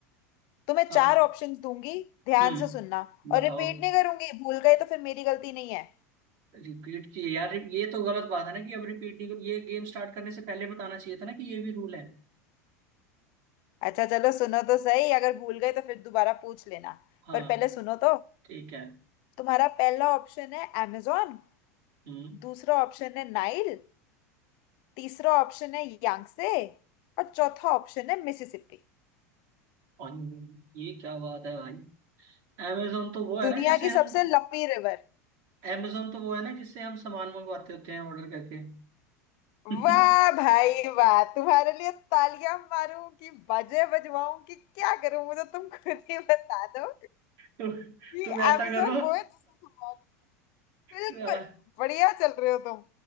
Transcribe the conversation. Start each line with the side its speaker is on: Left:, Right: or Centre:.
Left: तो मैं चार
Right: आ,
Left: ऑप्शंस दूंगी ध्यान
Right: हम्म
Left: से सुनना
Right: बताओ
Left: और रिपीट नहीं करूंगी भूल गए तो फिर मेरी गलती नहीं है
Right: रिपीट किए यार ये तो गलत बात है ना कि अब रिपीट नहीं करो ये गेम स्टार्ट करने से पहले बताना चाहिए था ना कि ये भी रूल है
Left: अच्छा चलो सुनो तो सही अगर भूल गए तो फिर दोबारा पूछ लेना
Right: हाँ
Left: पर पहले सुनो तो
Right: ठीक है
Left: तुम्हारा पहला ऑप्शन है अमेजोन
Right: हम्म
Left: दूसरा ऑप्शन है नाइल तीसरा ऑप्शन है यांगसे और चौथा ऑप्शन है मिसिसिपी
Right: और ये क्या बात है भाई अमेजोन तो वो है
Left: दुनिया
Right: ना जिससे
Left: की
Right: हम
Left: सबसे लंबी रिवर
Right: अमेजोन तो वो है ना जिससे हम सामान मंगवाते होते हैं ऑर्डर करके <laughs>
Left: वाह भाई वाह तुम्हारे लिए तालियां मारूं कि बाजे बजवाऊं कि क्या करूं मुझे तुम खुद ही बता दो
Right: तु,
Left: कि
Right: तुम ऐसा
Left: अमेजोन
Right: करो
Left: वो है जिससे सामान बिल्कुल
Right: <laughs>
Left: बढ़िया चल रहे हो तुम